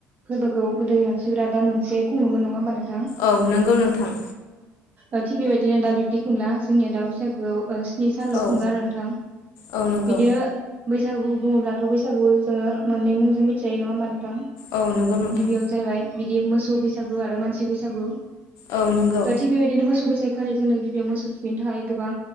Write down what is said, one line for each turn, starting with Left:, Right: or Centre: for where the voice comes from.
Right: फोरबोखौ गोदोनि मानसिफोरा दान मोनसे खुङोमोन नङा होमबा नों
Left: औ नंगौ नोंथां।
Right: ओ थिग बेबायदिनो दा बिबदि खुंला जोंनिया दा बैसागोआव ओ स्नि सानल'
Left: औ
Right: खुङो आरो नोंथां
Left: औ नंगौ
Right: बिदि बै बैसागु बुङोब्लाथ' बैसागुखौ जोङो मोननै मुंजों मिथिजायो नङा होनबा नों थां
Left: औ नंगौ नोंथां
Right: गिबियाव जागायबाय बिदि मोसौ बैसागु आरो मानसि बैसागु।
Left: औ नंगौ
Right: ओ थिग बेबायदिनो मोसौ बेसागो खालि जोंनो गिबियाव मोसौ थुखैनो थाखाय गोबां